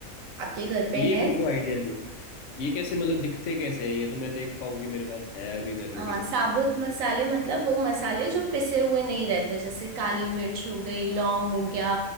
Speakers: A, on the right; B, on the left.
A: आपके घर पे
B: ये
A: हैं
B: मेरे को आइडिया नहीं है। ये कैसे मतलब दिखते कैसे हैं ये तो मैं देख पाऊँ कि मेरे पास है अभी घर
A: हाँ
B: में कि नहीं
A: साबुत मसाले मतलब वो मसाले जो पिसे हुए नहीं रहते जैसे काली मिर्च हो गई लौंग हो गया